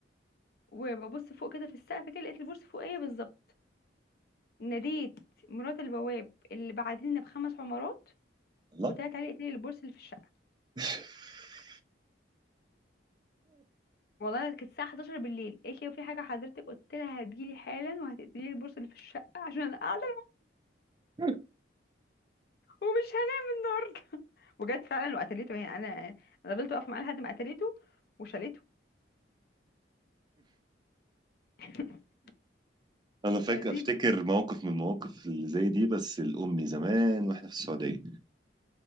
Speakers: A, on the left; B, on the right.
A: وببص فوق كده في السقف كده لقيت البورصة فوقية بالظبط ناديت مرات البواب اللي بعدين بخمس عمارات
B: لا
A: وطلعت عليه قالت لي البورصة اللي في الشقة
B: <laughs>
A: والله كانت الساعة 11 بالليل قالت لي في حاجة حضرتك قلت لها هتجيلي حالا وهتقتلي لي البورصة اللي في الشقة عشان أنا قاعدة
B: <laughs>
A: ومش <laughs> وجت فعلا وقتلته يعني انا انا فضلت واقفه معاه لحد ما قتلته وشالته <laughs>
B: انا فاكر
A: فدي
B: افتكر
A: بت-
B: موقف من المواقف اللي زي دي بس الامي زمان واحنا في السعوديه